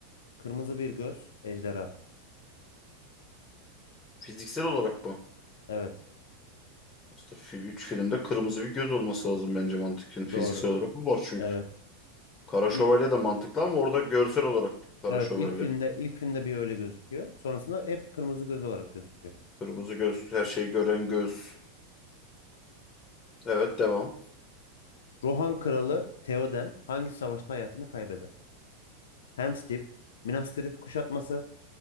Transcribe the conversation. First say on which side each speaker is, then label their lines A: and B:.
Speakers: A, on the left (about 80°); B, on the left (about 25°).
A: kırmızı bir göz, ejderha.
B: Fiziksel olarak mı?
A: Evet.
B: Aslında 3 filmde kırmızı bir göz olması lazım bence mantıken. Fiziksel
A: Doğru.
B: olarak mı var çünkü.
A: Evet.
B: Kara
A: İlk,
B: Şövalye de mantıklı ama orada görsel olarak Kara
A: evet
B: Şövalye
A: ilk filmde ilk filmde bir öyle gözüküyor. Sonrasında hep kırmızı göz olarak gözüküyor.
B: Kırmızı göz, her şeyi gören göz. Evet devam.
A: Rohan kralı Theoden hangi savaşta hayatını kaybeder? Helm's Deep, Minas Tirith kuşatması,